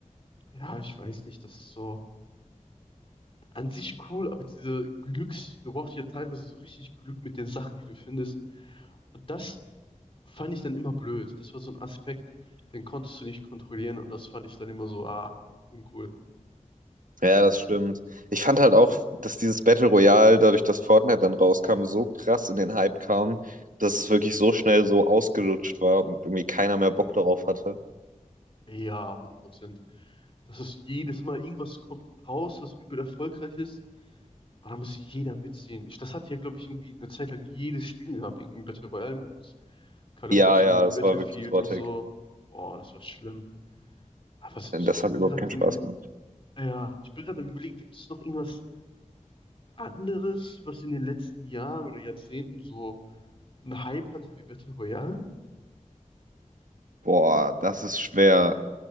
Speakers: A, on the left; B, on the right.
A: Ja, ich weiß nicht, das ist so an sich cool, aber diese Glücks, du brauchst ja teilweise so richtig Glück mit den Sachen, die du findest. Und das fand ich dann immer blöd. Das war so ein Aspekt, den konntest du nicht kontrollieren und das fand ich dann immer so, ah, uncool.
B: Ja, das stimmt. Ich fand halt auch, dass dieses Battle Royale, dadurch, dass Fortnite dann rauskam, so krass in den Hype kam, dass es wirklich so schnell so ausgelutscht war und irgendwie keiner mehr Bock darauf hatte.
A: Ja, hundert Prozent. Das ist jedes Mal irgendwas kommt raus, was übel erfolgreich ist. Und da muss sich jeder mitziehen. Ich, das hatte ja, glaube ich, irgendwie eine Zeit lang jedes Spiel gehabt, irgendeinen Battle Royale-Modus. Call
B: Ja,
A: of Duty,
B: ja, es
A: Battlefield
B: war wirklich grottig.
A: und so. Boah, das war schlimm. Aber was,
B: Denn
A: ich,
B: Das
A: ich
B: hat
A: bin
B: überhaupt
A: gerade
B: keinen Spaß gemacht.
A: Ja, ich bin gerade am Überlegen, gibt es noch irgendwas anderes, was in den letzten Jahren oder Jahrzehnten so einen Hype hatte wie Battle Royale?
B: Boah, das ist schwer.